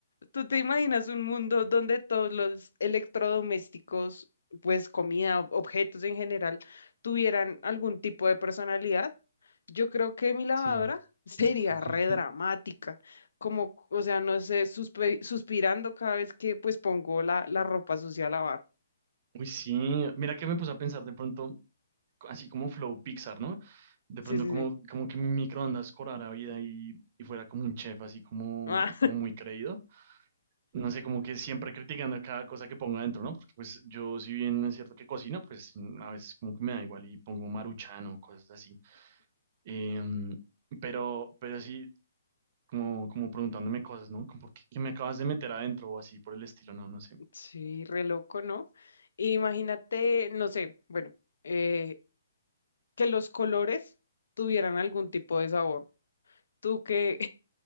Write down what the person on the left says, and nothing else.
¿Tú te imaginas un mundo donde todos los electrodomésticos, pues comida, ob- objetos en general, tuvieran algún tipo de personalidad? Yo creo que mi lavadora
<laughs> sería
re dramática, como, o sea, no sé, suspe- suspirando cada vez que pues pongo la, la ropa sucia a lavar.
Sí,
sí,
sí.
Ah,
<laughs> sí, re loco, ¿no? Imagínate, no sé, bueno, eh, que los colores tuvieran algún tipo de sabor. ¿Tú qué,